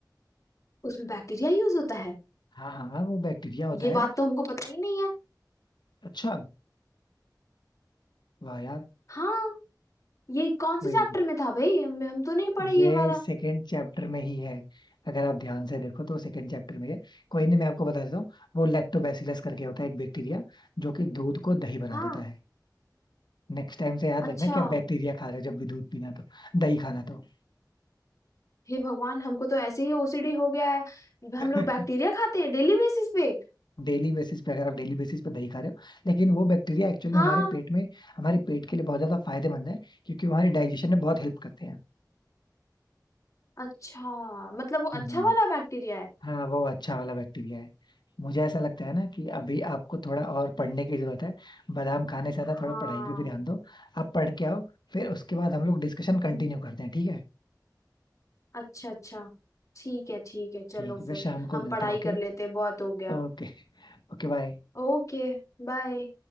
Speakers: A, on the left; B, on the left.
A: उसमें बैक्टीरिया यूज होता है
B: हाँ हाँ हाँ, वो बैक्टीरिया होता
A: ये
B: है
A: बात तो हमको पता ही नहीं है
B: अच्छा वाह यार
A: हाँ ये कौन से
B: कोई
A: चैप्टर
B: नहीं
A: में था भाई हम, हम तो नहीं पढ़े
B: ये
A: ये वाला
B: सेकेंड चैप्टर में ही है अगर आप ध्यान से देखो तो सेकंड चैप्टर में है कोई नहीं मैं आपको बता देता हूँ वो लैक्टोबैसिलस करके होता है एक बैक्टीरिया जो कि दूध को दही बना
A: हाँ
B: देता है नेक्स्ट टाइम से याद
A: अच्छा
B: रखना कि आप बैक्टीरिया खा रहे हो जब भी दूध पीना तो दही खाना तो
A: हे भगवान हमको तो ऐसे ही ओसीडी हो गया है
B: <laughs>
A: हम लोग बैक्टीरिया खाते हैं डेली बेसिस पे
B: डेली बेसिस पे अगर आप डेली बेसिस पे दही खा रहे हो लेकिन वो बैक्टीरिया एक्चुअल
A: हाँ
B: में हमारे पेट में हमारे पेट के लिए बहुत ज्यादा फायदेमंद है क्योंकि वो हमारे डाइजेशन में बहुत हेल्प करते हैं
A: अच्छा मतलब वो
B: हम्म
A: अच्छा वाला बैक्टीरिया है
B: हाँ वो अच्छा वाला बैक्टीरिया है मुझे ऐसा लगता है ना कि अभी आपको थोड़ा और पढ़ने की जरूरत है बादाम खाने से ज्यादा
A: हाँ
B: थोड़ा पढ़ाई पे भी ध्यान दो आप पढ़ के आओ फिर उसके बाद हम लोग डिस्कशन कंटिन्यू करते हैं ठीक है
A: अच्छा अच्छा ठीक है ठीक है चलो
B: ठीक है फिर
A: फिर
B: शाम
A: हम
B: को मिलते
A: पढ़ाई
B: हैं ओके
A: कर लेते हैं बहुत हो गया
B: ओके Okay bye
A: ओके बाय